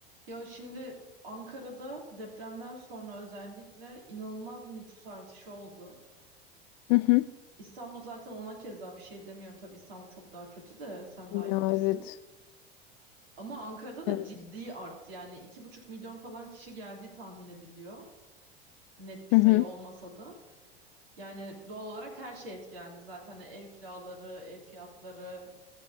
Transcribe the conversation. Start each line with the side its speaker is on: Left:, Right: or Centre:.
Right: Ya şimdi Ankara'da depremden sonra özellikle inanılmaz bir nüfus artışı oldu.
Left: Hı hı.
Right: İstanbul zaten ona keza bir şey demiyorum. Tabii İstanbul çok daha kötü de sen
Left: Ya
Right: daha iyi bilirsin.
Left: evet.
Right: Ama Ankara'da da
Left: Evet.
Right: ciddi arttı. Yani iki buçuk milyon falan kişi geldiği tahmin ediliyor. Net bir
Left: Hı
Right: sayı
Left: hı.
Right: olmasa da. Yani doğal olarak her şey etkilendi zaten. Hani Ev kiraları, ev fiyatları,